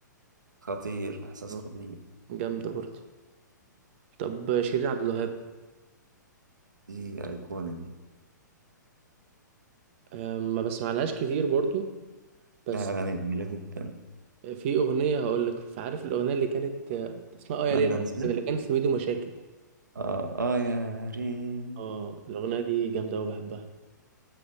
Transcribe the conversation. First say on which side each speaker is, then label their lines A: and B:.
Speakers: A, on the right (about 70°); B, on the right (about 40°).
A: خطير إحساس
B: آه،
A: خطير
B: جامدة برضو طب شيرين عبد الوهاب
A: دي أيقونة دي
B: آه، ما بسمعلهاش كتير برضو بس
A: لها أغاني جميلة جدا
B: في أغنية هقولك عارف الأغنية اللي كانت آه، اسمها آه
A: أتمنى
B: يا ليل
A: نسيت
B: اللي كانت في ميدو مشاكل
A: آه آه يا ريت
B: اه الأغنية دي جامدة أوي بحبها